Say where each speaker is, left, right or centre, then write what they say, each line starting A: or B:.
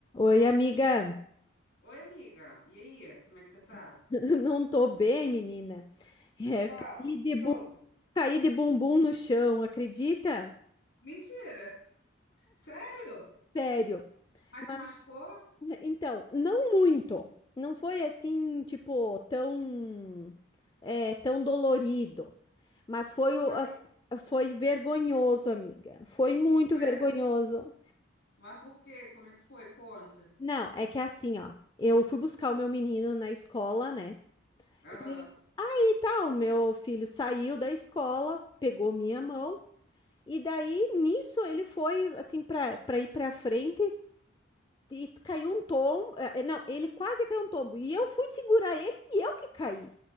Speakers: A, on the left; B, on the left.
A: Oi, amiga.
B: Oi, amiga. E aí, como é que você tá?
A: <laughs> Não tô bem, menina. É,
B: Fala,
A: caí
B: o que
A: de
B: que
A: bu-
B: houve?
A: caí de bumbum no chão, acredita?
B: Mentira! Sério?
A: Sério.
B: Mas se
A: Mas,
B: machucou?
A: então, não muito. Não foi assim, tipo, tão, é, tão dolorido. Mas foi, o-
B: Mas
A: a-
B: é?
A: foi vergonhoso, amiga. Foi muito
B: ah,
A: vergonhoso.
B: é? Mas por quê? Como é que foi? Conta.
A: Não, é que assim, ó. Eu fui buscar o meu menino na escola, né?
B: Aham.
A: E, e tal, meu filho saiu da escola, pegou minha mão. E daí, nisso, ele foi, assim, para ir para frente e caiu um tombo. eh, Não, ele quase caiu um tombo. E eu fui segurar ele e eu que caí.